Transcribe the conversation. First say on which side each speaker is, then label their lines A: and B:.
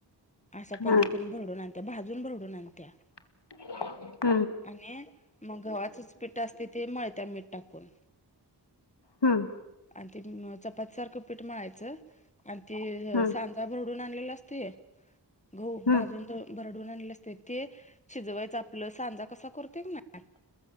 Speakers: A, on the left; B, on the left.
A: अश्या पद्धतीने
B: हां
A: भरडून आणत्या भाजून भरडून आणत्या.
B: <unintelligible>
A: आणि मग गव्हाचच पिठ असतय ते मळत्या मीठ टाकून.
B: हम्म
A: आणि त चपातीसारखं पीठ मळायचं आणि ते
B: हं
A: सांन भरडून आणलेला असतय गहू
B: हं
A: भाजून दळून. भरडून आणले असते ते शिजवायचं आपलं सांजा कसा करतो की ना <unintelligible>